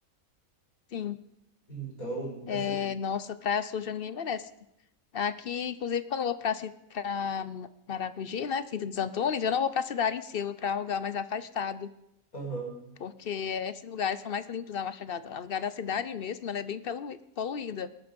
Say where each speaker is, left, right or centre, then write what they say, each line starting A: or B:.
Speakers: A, on the left (about 55°); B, on the left (about 70°).
A: Sim.
B: Então,
A: É,
B: assim,
A: nossa, praia suja ninguém merece. Aqui, inclusive, quando eu vou para Maragogi, né? Cinto dos Antunes, eu não vou para a cidade em si, eu vou para um lugar mais afastado.
B: aham,
A: porque esses lugares são mais limpos a Machadado. A lugar da cidade mesmo, ela é bem polu- poluída,